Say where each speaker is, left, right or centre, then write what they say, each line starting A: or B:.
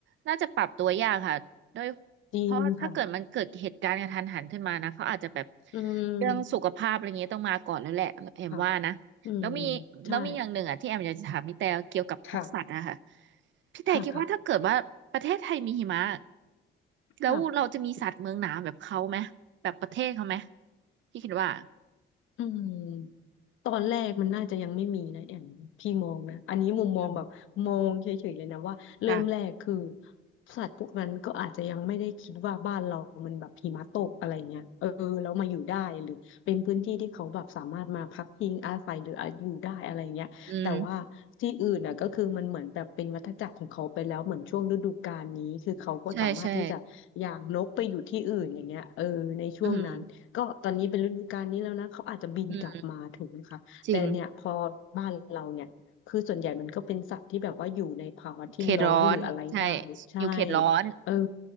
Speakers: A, on the right; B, on the left.
A: น่าจะปรับตัวยากค่ะด้วย
B: จริงค่ะ
A: เพราะถ้าเกิดมันเกิดเหตุการณ์กระทันหันขึ้นมานะเขาอาจจะแบบ
B: อืม
A: เรื่องสุขภาพอะไรเงี้ยต้องมาก่อนแล้วแหละแอมว่านะแล้วมีแล้วมีอย่างหนึ่งอ่ะที่แอมอยากจะถามพี่แต่เกี่ยวกับพวกสัตว์อะค่ะ
B: ค่ะ อืมใช่ค่ะ
A: พี่แต่คิดว่าถ้าเกิดว่าประเทศไทยมีหิมะ
B: ค่ะ ค่ะ
A: แล้วเราจะมีสัตว์เมืองหนามแบบเขาไหมแบบประเทศเขาไหม
B: ค่ะ
A: พี่คิดว่า
B: อืมตอนแรกมันน่าจะยังไม่มีนะแอมพี่มองนะอันนี้มุมมองแบบมองเฉยๆเลยนะว่าเริ่มแรกคือ
A: อืมค่ะ
B: สัตว์พวกนั้นก็อาจจะยังไม่ได้คิดว่าบ้านเรามันแบบหิมะตกอะไรเงี้ยเออแล้วมาอยู่ได้หรือเป็นพื้นที่ที่เขาแบบสามารถมาพักพิงอาศัยหรืออาจอยู่ได้อะไรเงี้ยแต่ว่าที่อื่นน่ะก็คือมันเหมือนแบบเป็นวัฏจักรของเขาไปแล้วเหมือนช่วงฤดูกาลนี้คือเขาก็สามารถที่จะย้ายนกไปอยู่ที่อื่นอย่างเงี้ยเออในช่วงนั้น
A: อืมใช่ใช่อืม
B: ก็ตอนนี้เป็นฤดูกาลนี้แล้วนะเขาอาจจะบินกลับมาถึงนะคะแต่เนี่ยพอบ้านเราเนี่ยคือส่วนใหญ่มันก็เป็นสัตว์ที่แบบว่าอยู่ในภาวะที่ร้อนหรืออะไรได้ใช่
A: อืมจริงเขตร้อนใช่อยู่เขตร้อน
B: เออ